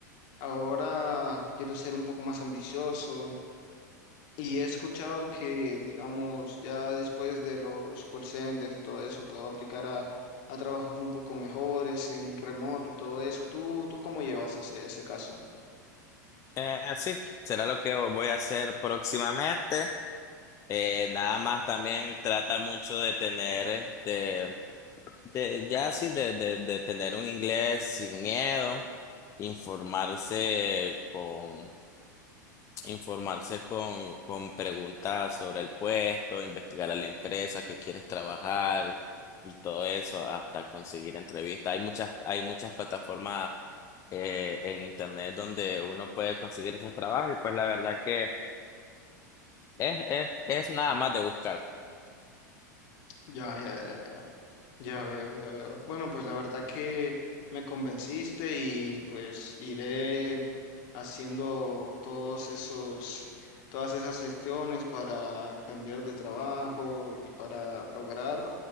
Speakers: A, on the left; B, on the left.
A: ahora quiero ser un poco más ambicioso y he escuchado que, digamos, ya después de los call centers y todo eso, puedo aplicar a, a trabajos un poco mejores en remoto y todo eso. ¿Tú, tú cómo llevas ese, ese caso?
B: Eh, sí, será lo que voy a hacer próximamente. Eh, nada más también trata mucho de tener, este, de, ya sí, de, de, de tener un inglés sin miedo, informarse con, informarse con, con preguntas sobre el puesto, investigar a la empresa que quieres trabajar y todo eso hasta conseguir entrevistas. Hay muchas, hay muchas plataformas eh, en internet donde uno puede conseguir esos trabajos y pues la verdad que es, es, es nada más de buscar.
A: Ya, ya, ya ya veo, ya veo. Bueno, pues la verdad que me convenciste y pues iré haciendo todos esos, todas esas gestiones para cambiar de trabajo y para lograr